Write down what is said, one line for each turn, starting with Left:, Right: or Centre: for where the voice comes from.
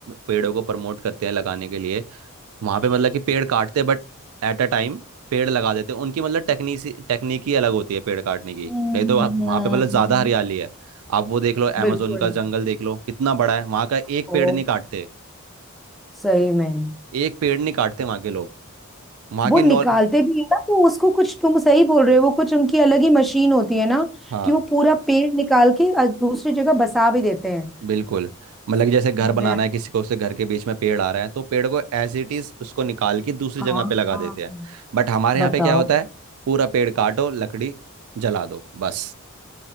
Right: पेड़ों को प्रमोट करते हैं लगाने के लिए वहाँ पे मतलब कि पेड़ काटते हैं बट एट अ टाइम पेड़ लगा देते हैं उनकी मतलब टेक्निसी टेक्निक ही अलग होती है पेड़ काटने की
Centre: हम्म
Right: नहीं तो वहाँ वहाँ
Centre: हम्म,
Right: पे मतलब ज़्यादा हरियाली है आप वो देख लो अमेजोन
Centre: बिल्कुल
Right: का जंगल देख लो कितना बड़ा है वहाँ का एक
Centre: ओ
Right: पेड़ नहीं काटते
Centre: सही में
Right: एक पेड़ नहीं काटते वहाँ के लोग वहाँ
Centre: वो
Right: की
Centre: निकालते
Right: नॉल
Centre: भी है ना तो उसको कुछ तुम सही बोल रहे हो वो कुछ उनकी अलग ही मशीन होती है ना
Right: हाँ
Centre: कि वो पूरा पेड़ निकाल के अ- दूसरी जगह बसा भी देते हैं
Right: बिल्कुल मतलब कि जैसे घर
Centre: अरे
Right: बनाना है किसी को उसके घर के बीच में पेड़ आ रहा है तो पेड़ को एज इट इज उसको निकाल के दूसरी
Centre: हाँ
Right: जगह पे लगा
Centre: हाँ
Right: देते हैं बट हमारे
Centre: बताओ
Right: यहाँ पे क्या होता है पूरा पेड़ काटो लकड़ी जला दो बस